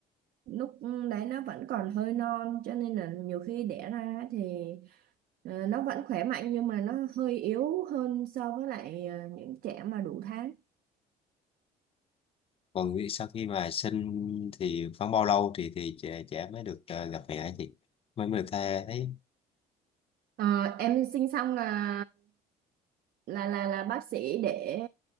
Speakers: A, on the right; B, on the left.
A: lúc đấy nó vẫn còn hơi non cho nên là nhiều khi đẻ ra thì ờ, nó vẫn khỏe mạnh nhưng mà nó hơi yếu hơn so với lại ờ, những trẻ mà đủ tháng
B: còn nghĩ sau khi mà sinh thì khoảng bao lâu thì thì trẻ trẻ mới được ờ, gặp mẹ thì mới mới được tha thấy
A: Ờ, em sinh xong là là là là bác sĩ để